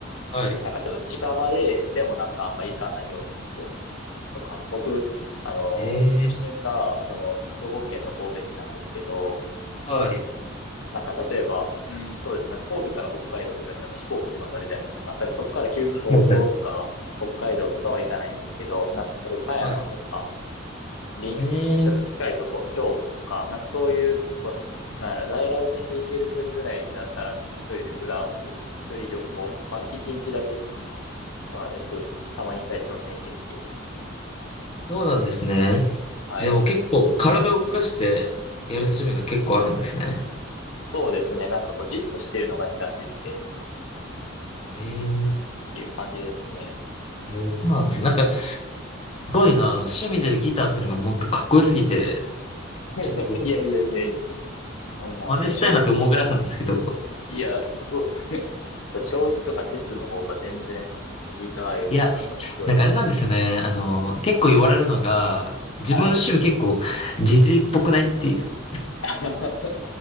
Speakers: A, on the left; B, on the left.
A: はい。
B: なんかちょっと近場で、でもなんかあんま行かないようなとことか、僕、あの、
A: えー、
B: 出身が、その、兵庫県の神戸市なんですけど、
A: はい。
B: なんか例えば、うん、そうですね。神戸から北海道とかやったら飛行機とか乗るじゃないですか。だからそこから急に東京とか北海道とかは行かないんですけど、
A: はいはい
B: なんかこう岡山とか、
A: はい。
B: りちょっと近いとこ、
A: へえー、
B: 京都とか、なんかそういう、こう、なんやろ、在来線で行ける距離ぐらいだったら、ちょっと一人でふらーって、一人旅行、まあ一日だけとかはよくたまにしたりしますね、息抜きに。
A: そうなんですね。
B: はい。
A: じゃあもう結構体を動かしてやる趣味が結構あるんですね。
B: そうですね。なんかこう、じっとしてるのが苦手で、っ
A: へえー、へ
B: ていう感じですね。
A: えそうなんですよ。なんかすごいな。趣味でギターってのが本当かっこよすぎて、
B: <laughs>
A: ちょっと
B: いやいやいやいやいや。そんな。
A: 真似したいなって思うぐらいなんですけど。
B: で、将棋とか、いや、すごい。<laughs> 将棋とかチェスの方が全然、ギターよりもなんかすごいな。
A: いや、なんかあれなんですよね。あの、結構言われるのが、自分の趣味結構ジジイっぽくないっていう。
B: はい。<laughs> 確